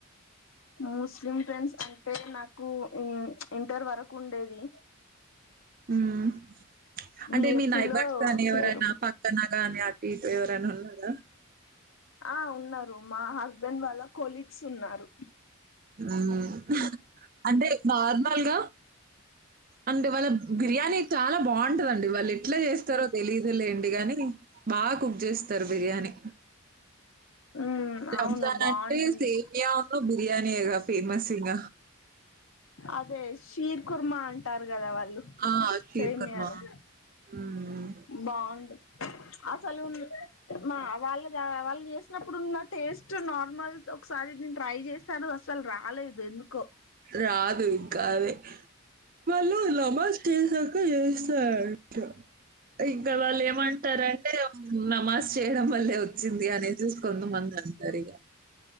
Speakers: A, on the left; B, on the right.
A: ముస్లిం ఫ్రెండ్స్ అంటే నాకు ఊ ఇంటర్ వరకు ఉండేది.
B: ఉమ్ అంటే
A: బిఎస్సి
B: మీ నైబర్స్
A: లో
B: గాని, ఎవరైనా
A: లేరు
B: పక్కన గాని అటుఇటు ఎవరైనా ఉన్నారా?
A: ఆ ఉన్నారు మా హస్బెండ్ వాళ్ళ కొలీగ్స్ ఉన్నారు.
B: ఉమ్ అంటే నార్మల్గా అంటే వాళ్ళ బిర్యానీ చాలా బావుంటదండి. వాళ్ళు ఎట్లా జేస్తారో తెలిదులేండి గాని బాగ్ కుక్ చేస్తారు బిర్యానీ.
A: ఉమ్
B: రంజాన్
A: అవును బాగుంటుంది
B: అంటే సేమ్యాను బిర్యానీయేగా ఫేమస్ ఇంగ.
A: అదే షీర్ కుర్మ అంటారు గదా వాళ్ళు
B: ఆ! షీర్
A: సేమ్యాని.
B: కుర్మా. హ్మ్.
A: బావుంది అసలు మ్ మా వాళ్ళ గా వాళ్ళు చేసినప్పుడు ఉన్నట్టు. టేస్ట్ నార్మల్గా ఒకసారి నేను ట్రై చేశాను అసలు రాలేదు ఎందుకో.
B: రాదు ఇంకాది వాళ్ళు నమాజ్ చేసాక చేస్తారూ అంట ఇంకా వాళ్ళు ఏమంటారంటే. నమాజ్ చేయడం వల్లే ఒచ్చింది అనేసేసి కొంతమంది అంటారు ఇగ.